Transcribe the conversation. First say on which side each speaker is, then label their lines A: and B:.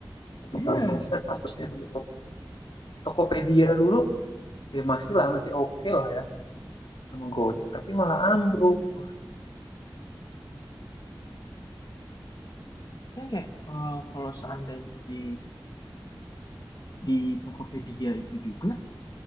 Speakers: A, on the left; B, on the left.
A: tapi
B: iya.
A: kalau mengingat kasusnya dulu Tokopedia dulu ya masih lah masih oke lah ya sama Gojek tapi malah ambruk wah
B: Kan kayak eh, kalau seandainya
A: gila.
B: di di Tokopedia itu juga